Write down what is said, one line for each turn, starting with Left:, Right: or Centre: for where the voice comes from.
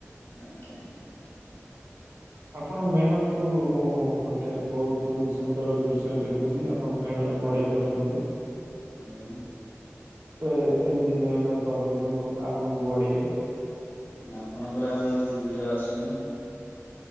Left: ଆଜ୍ଞା।
Right: ଆପଣ ମେହନତ କୁ ମୁଁ ବୁ ଗୋଟେ ବହୁତ ସୁନ୍ଦର ଦୃଶ୍ୟ ଦେଖୁଚି ଆପଣ ମେହନତ ବଢ଼ିଆ କରୁଚନ୍ତି।
Left: <unintelligible>
Right: ତ ଏମିତି ମେହନତ କରନ୍ତୁ ଆଗକୁ ବଢିବେ।
Left: ଆପଣଙ୍କର ଆଉ କଣ କିଛି ଭିଡିଓ ଆସୁନି।